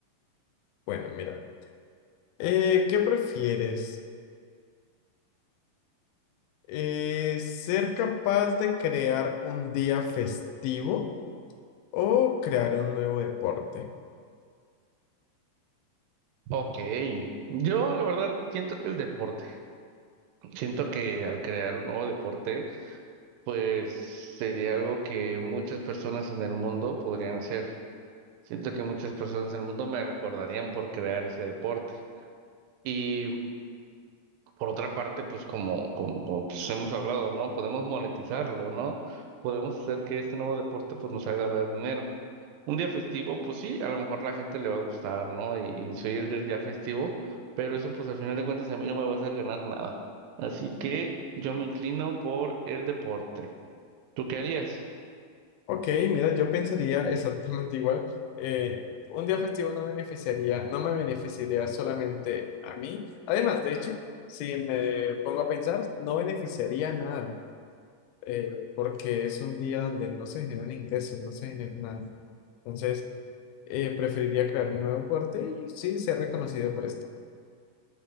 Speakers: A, on the left (about 85°); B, on the right (about 80°).
A: Bueno, mira, eh, ¿qué prefieres? Eh, ¿ser capaz de crear un día festivo? o crear un nuevo deporte.
B: Ok. Yo la verdad siento que el deporte. Siento que al crear un nuevo deporte, pues sería algo que muchas personas en el mundo podrían hacer. Siento que muchas personas en el mundo me recordarían por crear ese deporte. Y por otra parte, pues como, como, como, pues, hemos hablado, ¿no? Podemos monetizarlo, ¿no? Podemos hacer que este nuevo deporte pues nos haga ganar dinero. Un día festivo, pues sí, a lo mejor la gente le va a gustar, ¿no? Y, y soy el del día festivo, pero eso pues al final de cuentas a mí no me va a hacer ganar nada. Así que yo me inclino por el deporte. ¿Tú qué harías?
A: Ok, mira, yo pensaría exactamente igual. Eh, un día festivo no beneficiaría, no me beneficiaría solamente a mí. Además, de hecho, si me pongo a pensar, no beneficiaría a nada, eh, porque es un día donde no se generan ingresos, no se genera nada. Entonces, eh, preferiría crear un nuevo deporte y sí ser reconocido por esto.